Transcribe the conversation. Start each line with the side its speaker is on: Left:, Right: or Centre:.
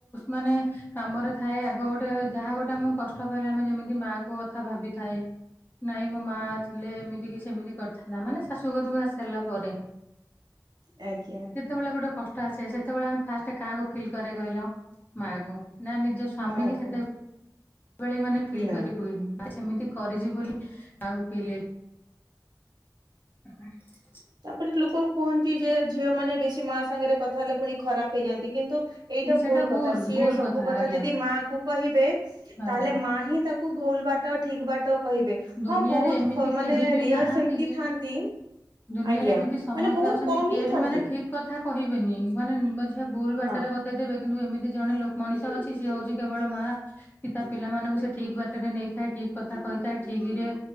Left: ମାନେ କାମରେ ଥାଏ ଆଗ ଗୋଟେ ଯାହା ଗୋଟେ ଆମକୁ କଷ୍ଟ ପାଇଲେ ଆମେ ଯେମିତି ମାଆ କୁ କଥା ଭାବିଥାଏ ନାଇଁ ମୋ ମା ଥିଲେ ଏମିତି କି ସେମତି କରିଥାନ୍ତା ମାନେ ଶାଶୁଘରକୁ ଆସାରିଲା ପରେ
Right: ଆଜ୍ଞା
Left: ଯେତେବେଳେ ଗୋଟେ କଷ୍ଟ <unintelligible> ସେତେବେଳେ ଆମେ ଫାଷ୍ଟ କାହାକୁ ଫିଲ୍ କରେ କହିଲ ମାଆ କୁ। ନା ନିଜ ସ୍ୱାମୀ
Right: ମା
Left: କି
Right: କୁ
Left: ସେତେ ଳି ମାନେ ଫିଲ୍
Right: ନା
Left: କରି ହୁଏନି। ସେମିତି କରିଛି ବୋଲି ଆଗକୁ <unintelligible>
Right: ତାପରେ ଲୋକ କୁହନ୍ତି ଯେ ଝିଅ ମାନେ ବେଶୀ ମା ସାଙ୍ଗରେ କଥା ହେଲେ ପୁଣି ଖରାପ ହେଇଯାଆନ୍ତି କିନ୍ତୁ ଏଇଟା
Left: ସେଟା
Right: ଭୁଲ କଥା ସିଏ
Left: ଭୁଲ
Right: ସବୁ କଥା
Left: ଆଜ୍ଞା
Right: ଯଦି ମା କୁ କହିବେ
Left: ଆଜ୍ଞା।
Right: ତାହେଲେ ମା ହିଁ ତାକୁ କୁ ଭୁଲ ବାଟ ଠିକ ବାଟ କହିବେ
Left: ଦୁନିଆରେ
Right: ହଁ ବହୁତ
Left: ଏମିତି
Right: ମାନେ
Left: କେହି ବି
Right: ରେୟର
Left: ନାହାନ୍ତି
Right: ସେମିତି
Left: କି
Right: ଥାନ୍ତି।
Left: ଦୁନିଆରେ
Right: ଆଜ୍ଞା
Left: ଏମିତି ସମସ୍ତେ
Right: ମାନେ ବହୁତ
Left: ଅଛନ୍ତି
Right: କମ
Left: କିଏ
Right: ହିଁ ଥାନ୍ତି।
Left: ବି ମାନେ ଠିକ କଥା କହିବେନି ମାନେଝିଆ ଭୁଲ ବାଟରେ
Right: ହଁ
Left: ବତେଇଦେବେ। କିନ୍ତୁ ଏମିତି ଜଣେ ଲ ମଣିଷ ଅଛି ସିଏ ହଉଛି କେବଳ ମା କି ତା ପିଲାମାନଙ୍କୁ ସେ ଠିକ ବାଟରେ ନେଇଥାଏ ଠିକ ଠିକ୍ କଥା କହିଥାଏ ଠିକ୍ ରେ